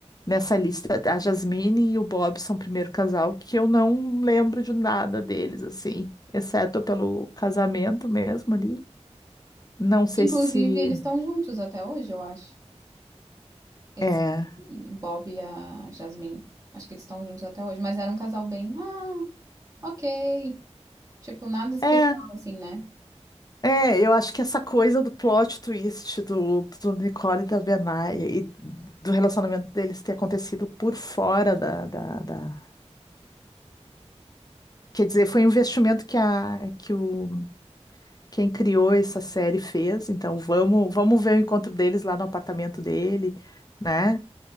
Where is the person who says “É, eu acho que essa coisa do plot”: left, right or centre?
Left